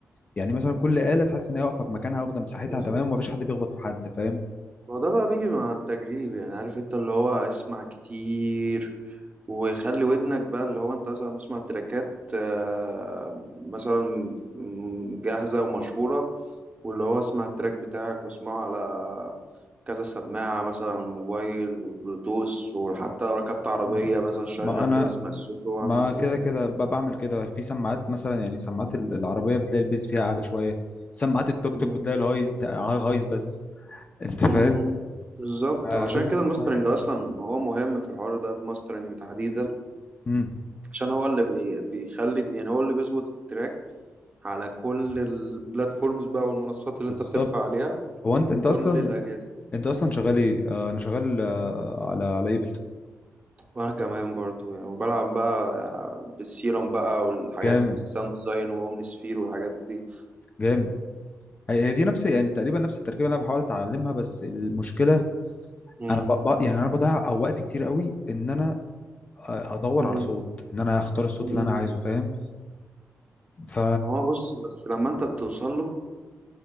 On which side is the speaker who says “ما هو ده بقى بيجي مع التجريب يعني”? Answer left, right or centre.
Right